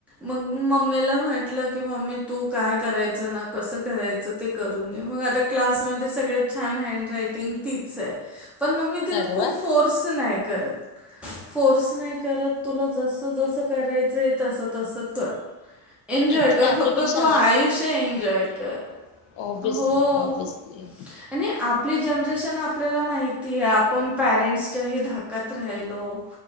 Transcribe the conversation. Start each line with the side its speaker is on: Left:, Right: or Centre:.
Centre: मग मम्मीला म्हटलं की मम्मी तू काय करायचं ना कस करायचं ते करू आ क्लास सगळ्यात छान हॅन्डरायन्टिग तिच आहे पण मग मी तिला
Left: अरे
Centre: खूप
Left: वा
Centre: फोर्स नाही करत फोर्स नाही करत तुला जस त जस करायचंय तस तस कर एनजॉय
Left: ऍक्च्युली
Centre: कर
Left: आपल्यापेक्षा
Centre: फक्त तू आयुष्य एन्जॉय कर
Left: ओबीयसली
Centre: हो.
Left: ओबीयसली
Centre: आणि आपली जनरेशन आपल्याला माहिती आहे. आपण पॅरेंट्सच्याही धाकत राहिलो